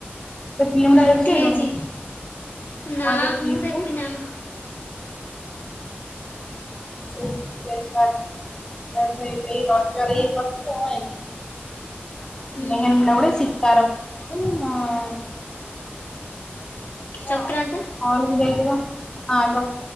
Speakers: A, on the left; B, on the left.
A: ସେ ଫ୍ଲିମ୍ ଦେଖିସାରିଲୁଣି?
B: ଜ୍ୟୋତି ହେଇଛି। ନା
A: ହଁ ଦେଖିଦେଇଚି
B: ମୁଁ ଦେଖିନି
A: ପା।
B: ଆମ
A: <unintelligible> ମେହେରମୁଣ୍ଡା ଗୋଟେ ସୀତାର ଫ୍ଲିମ୍
B: ହୁଁ
A: ଗୋଟେ ଆଁ ହଁ
B: ସଂକ୍ରାନ୍ତ
A: ହଲ୍ କୁ ଯାଇଥିବ। ହଁ ଛ